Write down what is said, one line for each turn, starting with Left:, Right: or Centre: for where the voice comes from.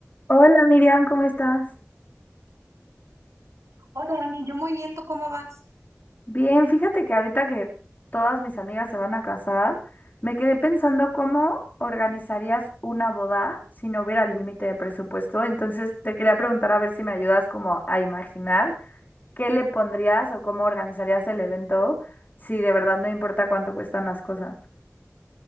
Left: Hola Miriam, ¿cómo estás?
Right: Hola, Dani, yo muy bien, ¿tú cómo vas?
Left: Bien, fíjate que ahorita que todas mis amigas se van a casar, me quedé pensando cómo organizarías una boda si no hubiera límite de presupuesto. Entonces te quería preguntar a ver si me ayudas como a imaginar qué le pondrías o cómo organizarías el evento si de verdad no importa cuánto cuestan las cosas.